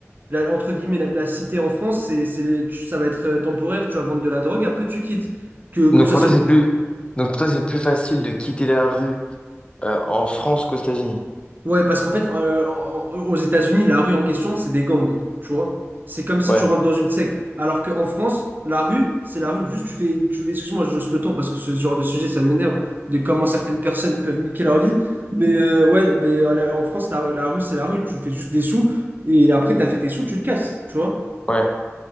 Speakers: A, on the right (about 40°); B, on the left (about 20°).
A: la- entre guillemets, la, la cité en France, c'est, c'est les- tu- ça va être euh, temporaire. Tu vas vendre de la drogue, après tu quittes. Que, que
B: Donc
A: ça
B: pour
A: soit,
B: toi, c'est plus... Donc pour toi, c'est plus facile de quitter la rue euh, en France qu'aux États-Unis.
A: Ouais, parce qu'en fait, euh, en- en- aux États-Unis, la rue en question, c'est des gangs, tu vois. C'est comme si
B: Ouais,
A: tu rentres dans une secte. Alors qu'en France, la rue, c'est la rue. Juste, tu fais, tu fais, excuse-moi, je hausse le ton parce que ce genre de sujet, ça m'énerve de comment certaines personnes peuvent niquer leur vie. Mais euh, ouais, ben, en la- en France, la, la rue, c'est la rue. Tu fais juste des sous et après, t'as fait tes sous, tu te casses, tu vois.
B: ouais, ouais,